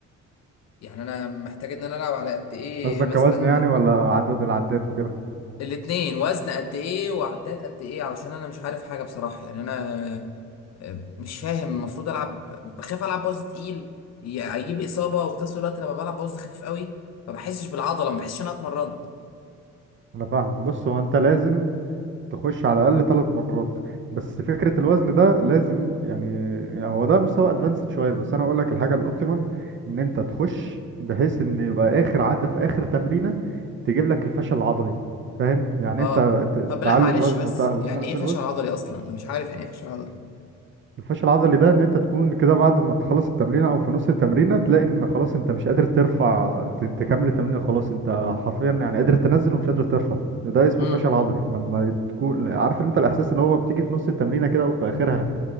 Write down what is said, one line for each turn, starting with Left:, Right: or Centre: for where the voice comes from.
Left: يعني انا محتاج ان انا العب على قد ايه
Right: قصدك
Left: مثلا
Right: كوزن يعني ولا عدد العدات وكده
Left: الاتنين وزن قد ايه وعدات قد ايه علشان انا مش عارف حاجه بصراحه يعني انا آه، مش فاهم المفروض العب بخاف العب وزن تقيل ي- هيجيب لي اصابه وفي نفس الوقت لما بلعب وزن خفيف قوي ما بحسش بالعضله ما بحسش ان انا اتمرنت
Right: انا فاهمك بص هو انت لازم تخش على الاقل ثلاث مرات بس فكره الوزن ده لازم يعني, يعني هو ده مستوى ادفانسد شويه بس انا اقول لك الحاجه الاوبتيمال ان انت تخش بحيث ان يبقى اخر عده في اخر تمرينه تجيب لك الفشل العضلي فاهم يعني
Left: اه
Right: انت ت-
Left: طب
Right: تعلي
Left: لا معلش
Right: الوزن
Left: بس
Right: وت- وتنزل
Left: يعني ايه فشل
Right: الوزن
Left: عضلي اصلا انا مش عارف يعني ايه فشل عضلي
Right: الفشل العضلي ده ان انت تكون كده بعد ما تخلص التمرينه او في نص التمرينه تلاقي ان خلاص انت مش قادر ترفع ت- تكمل التمرين خلاص انت حرفيا يعني قادر تنزل ومش قادر ترفع ده اسمه
Left: امم
Right: فشل عضلي لما تكون عارف انت الاحساس اللي هو بتيجي في نص التمرينه كده وفي اخرها